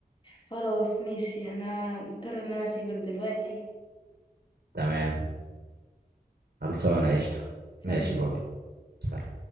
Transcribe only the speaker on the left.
خلاص ماشي انا مضطرة ان انا اسيبك دلوقتي
سلام